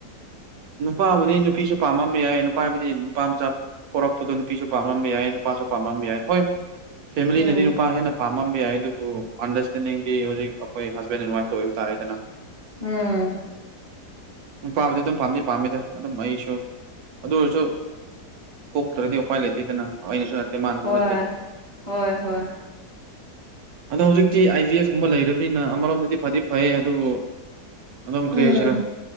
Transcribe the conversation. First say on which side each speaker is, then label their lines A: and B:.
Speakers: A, on the right; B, on the right.
A: ꯅꯨꯄꯥꯕꯨꯗꯤ ꯅꯨꯄꯤꯁꯨ ꯄꯥꯝꯃꯝꯕ ꯌꯥꯏ ꯅꯨꯄꯥꯕꯨꯗꯤ ꯅꯨꯄꯥ ꯃꯆꯥ ꯄꯣꯔꯛꯄꯗꯨ ꯅꯨꯄꯤꯁꯨ ꯄꯥꯝꯃꯝꯕ ꯌꯥꯏ ꯅꯨꯄꯥꯁꯨ ꯄꯥꯝꯃꯝꯕ ꯌꯥꯏ ꯍꯣꯏ ꯐꯦꯃꯤꯂꯤꯅꯗꯤ
B: ꯎꯝ
A: ꯅꯨꯄꯥ ꯍꯦꯟꯅ ꯄꯥꯝꯃꯝꯕ ꯌꯥꯏ ꯑꯗꯨꯕꯨ ꯑꯟꯗꯔꯁꯇꯦꯟꯗꯤꯡꯗꯤ ꯍꯧꯖꯤꯛ ꯑꯩꯈꯣꯏ ꯍꯁꯕꯦꯟ ꯑꯦꯟ ꯋꯥꯏꯐꯇ ꯑꯣꯏꯕ ꯇꯥꯔꯦꯗꯅ
B: ꯎꯝ
A: ꯎꯥꯝ ꯑꯗꯨꯝ ꯄꯥꯝꯃꯤꯗ ꯑꯗꯨꯝ ꯑꯩꯁꯨ ꯑꯗꯨ ꯑꯣꯏꯔꯁꯨ ꯄꯣꯛꯇ꯭ꯔꯗꯤ ꯎꯄꯥꯏ ꯂꯩꯇꯦꯗꯅ ꯑꯩꯅꯁꯨ ꯅꯠꯇꯦ ꯃꯥꯅꯁꯨ
B: ꯍꯣꯏ
A: ꯅꯠꯇꯦ
B: ꯍꯣꯏ ꯍꯣꯏ
A: ꯑꯗꯣ ꯍꯧꯖꯤꯛꯇꯤ ꯑꯥꯏ ꯕꯤ ꯑꯦꯐ ꯀꯨꯝꯕ ꯂꯩꯔꯕꯅꯤꯅ ꯑꯃꯔꯣꯝꯗꯗꯤ ꯐꯗꯤ ꯐꯩ ꯑꯗꯨꯕꯨ ꯑꯗꯨꯝ ꯀꯔꯤ
B: ꯎꯝ
A: ꯍꯥꯏꯁꯤꯔꯣ